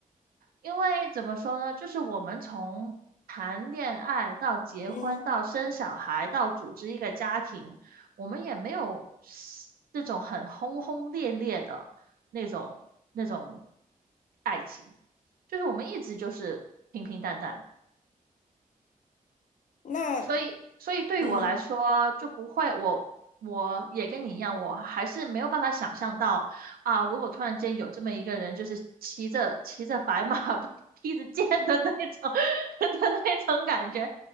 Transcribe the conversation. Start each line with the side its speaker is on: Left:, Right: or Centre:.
Right: 因为怎么说呢，就是我们从谈恋爱到结婚到生小孩到组织一个家庭，
Left: 嗯，
Right: 我们也没有那种很轰轰烈烈的那种那种爱情，就是我们一直就是平平淡淡的。
Left: 那
Right: 所以，所以对于我来说就不会，
Left: 嗯
Right: 我我也跟你一样，我还是没有办法想象到啊，如果突然间有这么一个人，就是骑着骑着白马 <laughs> 披着剑的那种 <laughs> 的那种感觉，